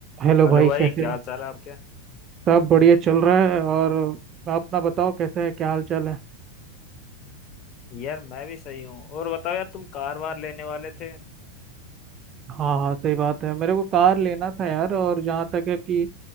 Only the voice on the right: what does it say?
Hello
भाई
कैसे
हो
सब बढ़िया चल रहा है और आप ना बताओ कैसे है क्या हाल चाल है
हाँ हाँ सही बात है मेरे को कार लेना था यार और जहाँ तक है कि